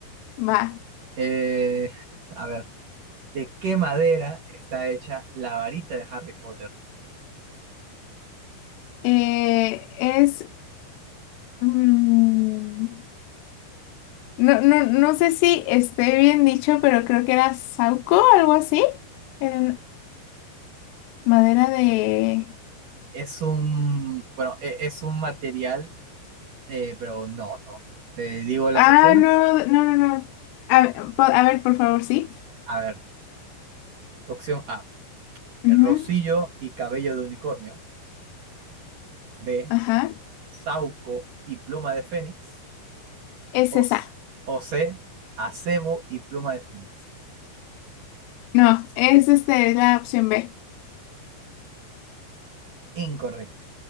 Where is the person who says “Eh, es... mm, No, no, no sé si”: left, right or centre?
Left